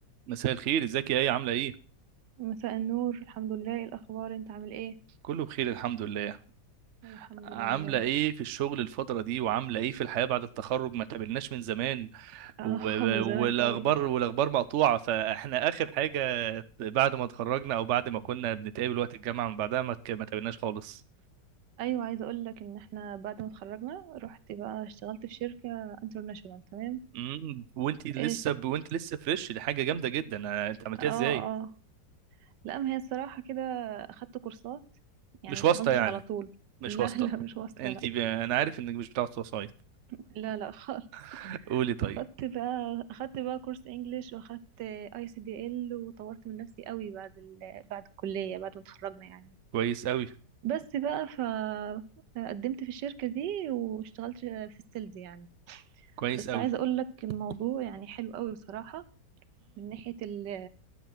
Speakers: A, on the right (about 65°); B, on the right (about 80°).
A: مساء الخير ازيك يا ايه عامله ايه
B: مساء النور الحمد لله إيه الاخبار انت عامل ايه
A: كله بخير الحمد لله
B: الحمد
A: عامله
B: لله
A: ايه في الشغل الفتره دي وعامله ايه في الحياه بعد التخرج ما تقابلناش من زمان
B: <laughs> اه
A: و-
B: من زمان
A: والاخبار
B: قوي
A: والاخبار مقطوعه فاحنا اخر حاجه بعد ما اتخرجنا او بعد ما كنا بنتقابل وقت الجامعه من بعدها ما ك- ما تقابلناش خالص
B: ايوه عايزه اقول لك ان احنا بعد ما اتخرجنا رحت بقى اشتغلت في شركه انترناشونال تمام
A: امم وانت لسه
B: ايش
A: ب... وانت لسه فريش دي حاجه جامده جدا أنا... انت عملتها
B: اه
A: ازاي
B: اه لا ما هي الصراحه كده اخدت كورسات يعني
A: مش
B: ما اشتغلتش
A: واسطه يعني
B: على طول
A: مش
B: لا
A: واسطه
B: <laughs> لا مش واصله
A: انت
B: لا
A: ب... <laughs> انا عارف انك مش بتاع وسايط
B: لا لا خالص
A: <laughs> قولي طيب
B: اخدت بقى اخدت بقى كورس انجليش واخدت اي سي دي ال وطورت من نفسي قوي بعد ال... بعد الكليه بعد ما اتخرجنا يعني
A: كويس قوي
B: بس بقى فقدمت في الشركة دي واشتغلت في السيلز يعني
A: كويس
B: بس
A: قوي
B: عايزة اقول لك الموضوع يعني حلو قوي بصراحة من ناحية ال